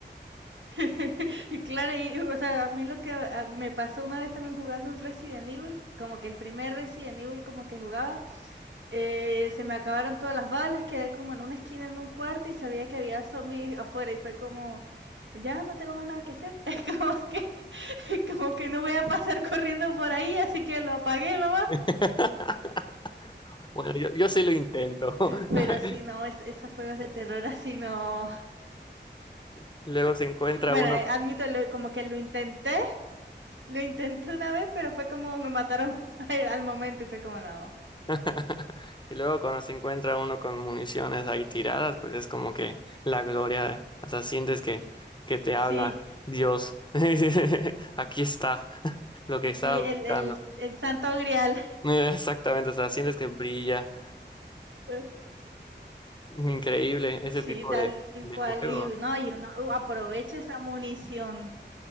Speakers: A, on the right (about 80°); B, on the left (about 25°).
A: <laughs> Claro, y o sea, a mí lo que ah, me pasó una vez también jugando un Resident Evil, como que el primer Resident Evil como que jugaba, eh, se me acabaron todas las balas, quedé como en una esquina en un cuarto y sabía que había zombies afuera y fue como, ya no tengo más nada que hacer, <laughs> es como que, como que no voy a pasar corriendo por ahí, así que lo apagué nomás.
B: <laughs> Bueno, yo, yo sí lo intento. <laughs>
A: Pero sí, no, es- esos juegos de terror así no.
B: Y Luego se encuentra
A: Bueno,
B: uno,
A: eh, admito, lo- como que lo intenté, Lo intenté una vez, pero fue como me mataron <laughs> al, al momento y fue como no.
B: <laughs> y luego cuando se encuentra uno con municiones ahí tiradas, pues es como que la gloria, o sea, sientes que, que te habla
A: Sí,
B: Dios. <laughs> Aquí está <laughs> lo que estabas
A: sí, el,
B: buscando.
A: el, el santo grial.
B: <laughs> Exactamente, o sea, sientes que brilla.
A: <laughs>
B: Increíble ese
A: Sí,
B: tipo
A: tal
B: de, de
A: cual.
B: juegos.
A: Y no, y uno uh, aprovecha esa munición.